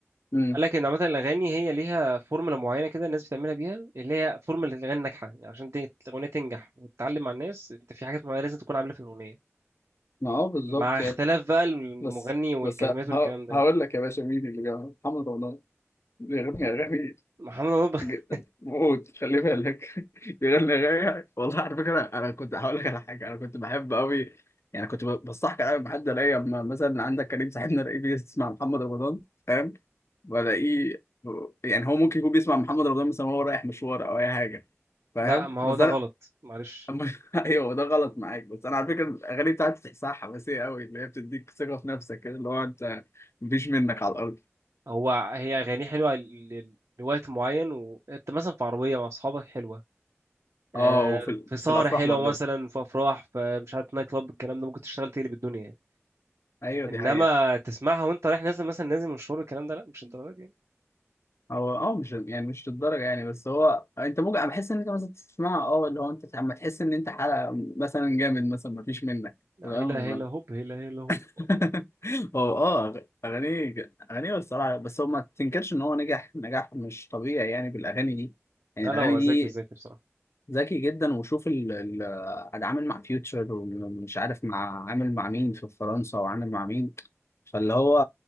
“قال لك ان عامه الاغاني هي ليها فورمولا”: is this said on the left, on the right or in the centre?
Right